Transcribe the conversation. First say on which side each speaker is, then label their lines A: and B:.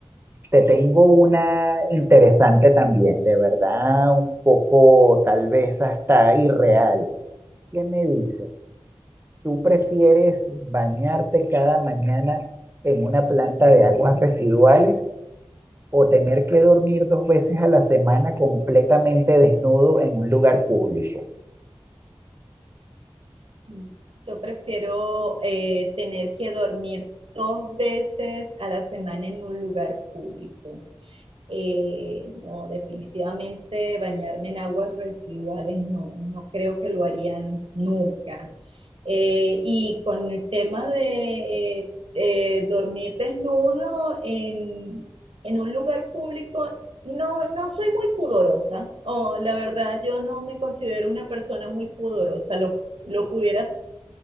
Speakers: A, on the right; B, on the right.
A: te tengo una interesante también, de verdad, un poco tal vez hasta irreal. ¿Qué me dices? ¿Tú prefieres bañarte cada mañana en una planta de aguas residuales o tener que dormir dos veces a la semana completamente desnudo en un lugar público?
B: Mm, Yo prefiero eh, tener que dormir dos veces a la semana en un lugar público. Eh, no, definitivamente bañarme en aguas residuales no, no creo que lo harían nunca. Eh, y con el tema de eh, eh, dormir desnudo en, en un lugar público, no, no soy muy pudorosa. Oh, la verdad, yo no me considero una persona muy pudorosa. Lo, lo pudiera